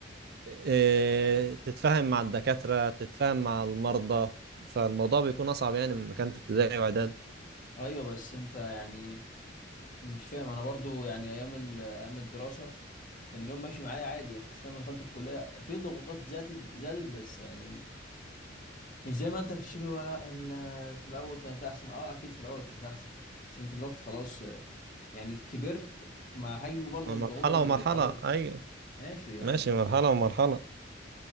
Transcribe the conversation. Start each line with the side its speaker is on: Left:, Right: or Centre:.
Right: إيه، تتفاهم مع الدكاترة تتفاهم مع المرضى فالموضوع بيكون أصعب يعني من كان في ابتدائي وإعدادي
Left: ايوه بس انت يعني مش فاهم انا برضو يعني ايام ال- ايام الدراسه كان اليوم ماشي معايا عادي حسيت لما دخلت الكليه في ضغوطات زادت زادت بس يعني مش زي ما انت بتشكل ولا ال- في الاول كانت احسن اه اكيد في الاول كانت احسن بس انت دلوقتي خلاص آه، يعني كبرت مع حجم برضو
Right: ما
Left: الضغوط
Right: مرحلة
Left: اللي
Right: ومرحلة
Left: جيت عليه
Right: أيوه
Left: ماشي يعني
Right: ماشي مرحلة ومرحلة